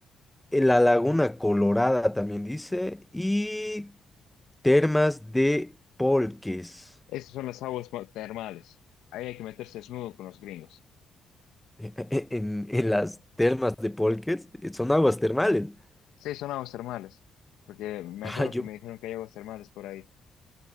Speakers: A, in the centre; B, on the left.
A: Eh, La Laguna Colorada también dice. Y termas de Polques.
B: Esas son las aguas ma- termales. Ahí hay que meterse desnudo con los gringos.
A: <laughs> En, en las termas de Polques eh, son aguas termales. <laughs>
B: Sí, son aguas termales. Porque me
A: Ah,
B: acuerdo
A: yo,
B: que me dijeron que hay aguas termales por ahí.